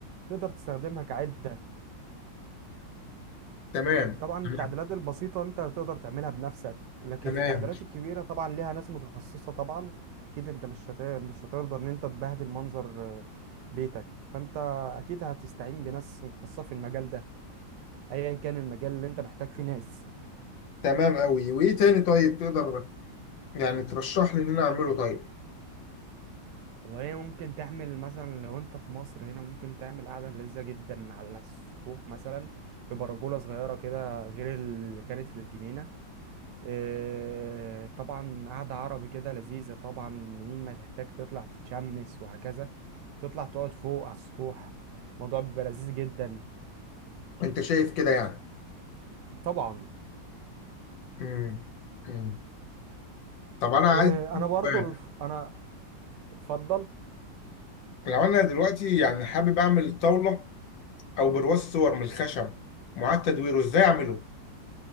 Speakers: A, on the right (about 70°); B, on the left (about 75°).
A: تقدر تستخدمها كعدة
B: تمام
A: طبعا
B: تمام
A: التعديلات البسيطة انت تقدر تعملها بنفسك لكن
B: تمام
A: التعديلات الكبيرة طبعا ليها ناس متخصصة طبعا اكيد انت مش هت... مش هتقدر ان انت تبهدل منظر آه، بيتك فانت اكيد هتستعين بناس متخصصة في المجال ده ايا كان المجال اللي انت محتاج فيه ناس
B: تمام أوي وإيه تاني طيب تقدر يعني ترشح لي إن أنا أعمله طيب
A: والله ممكن تعمل مثلا لو انت في مصر هنا ممكن تعمل قعدة لذة جدا على السطوح مثلا ببرجولة صغيرة كده غير اللي كانت في الجنينة آه، طبعا قعدة عربي كده لذيذة طبعا منين ما تحتاج تطلع تتشمس وهكذا تطلع تقعد فوق على السطوح الموضوع بيبقى لذيذ جدا
B: انت شايف كده يعني
A: طبعا
B: امم امم طب انا عايز
A: آه، انا برضو
B: سؤال
A: ال- انا اتفضل
B: لو انا دلوقتي يعني حابب اعمل طاوله او برواز صور من الخشب معاد تدويره ازاي اعمله